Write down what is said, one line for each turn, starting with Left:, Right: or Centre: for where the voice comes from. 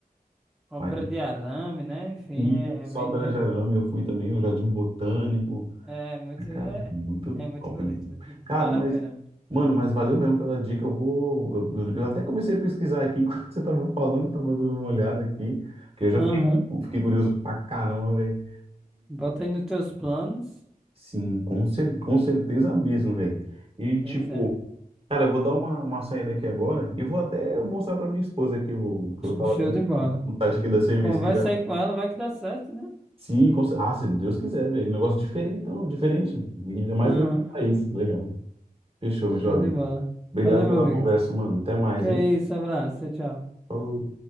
Centre: Ópera
Right: Mas
Centre: de arame, né? Enfim,
Right: e
Centre: é,
Right: Sóbera
Centre: é bem.
Right: de Arame, eu fui também, o Jardim Botânico.
Centre: É, é muito.
Right: Ah, Cara,
Centre: É,
Right: muito
Centre: é muito
Right: top.
Centre: bonito,
Right: mano.
Centre: muito, bonito.
Right: Cara,
Centre: vale
Right: mas,
Centre: a pena.
Right: mano, mas valeu mesmo pela dica. Eu vou. Eu, eu até comecei a pesquisar aqui <laughs> enquanto você tava falando, tava dando uma olhada aqui, que eu já
Centre: Aham.
Right: fiquei, fiquei curioso pra caramba, velho.
Centre: Bota aí nos teus planos.
Right: Sim, com, cer com certeza mesmo, velho. E
Centre: Pois
Right: tipo,
Centre: é.
Right: cara, eu vou dar uma, uma saída aqui agora e vou até mostrar pra minha esposa aqui o que
Centre: <laughs>
Right: eu tava
Centre: Show
Right: tendo
Centre: de bola.
Right: no site aqui da CVC
Centre: Conversa
Right: já.
Centre: aí com ela, vai que dá certo, né?
Right: Sim, com, cer- ah, se Deus quiser, velho. um Negócio diferentão, diferente. Ainda mais
Centre: Aham.
Right: em outros países, legal. Fechou, meu
Centre: Show
Right: jovem.
Centre: de bola.
Right: Obrigado
Centre: Valeu,
Right: pela
Centre: meu amigo.
Right: conversa, mano. Até mais,
Centre: Que é
Right: hein?
Centre: isso, abraço, tchau, tchau.
Right: Falou.